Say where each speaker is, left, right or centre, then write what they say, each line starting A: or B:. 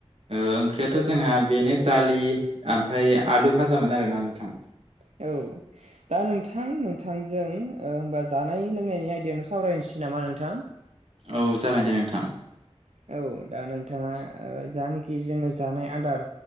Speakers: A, on the right (about 60°); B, on the right (about 80°).
A: ओंख्रियाथ' जोंहा बेनो दालि आमफ्राय आलु भाजामोन आरोना नोंथां
B: औ दा नोंथां नोंथांजों ओ ओमबा जानाय लोंनायनि आयदायावनो सावरायनोसै नामा नोंथां
A: औ जागोन दे नोंथां
B: औ दा नोंथाङा ओ जानोखि जोङो जानाय आदार